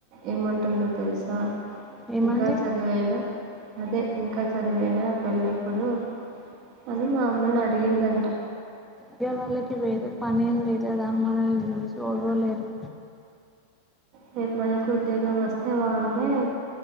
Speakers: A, on the right; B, in the centre.
A: ఏమంటుందో తెలుసా
B: ఏమంది
A: ఇంకా చదివేనా అదే ఇంకా చదువేనా పెళ్లెప్పుడు అని మా అమ్మని అడిగిందంట
B: దె వాళ్ళకి వేరే పనేం లేదు కదా మనల్ని చూసి ఓర్వలేరు
A: రేపు మనకి ఉద్యోగం వస్తే వాళ్ళే